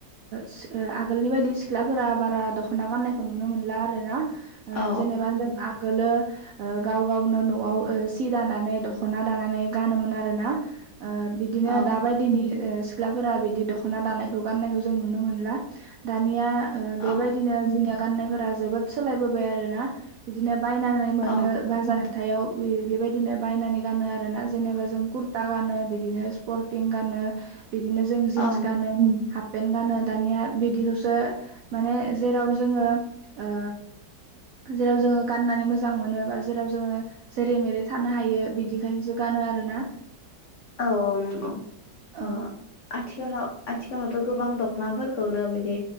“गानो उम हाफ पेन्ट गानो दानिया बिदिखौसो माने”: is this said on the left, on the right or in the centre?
Right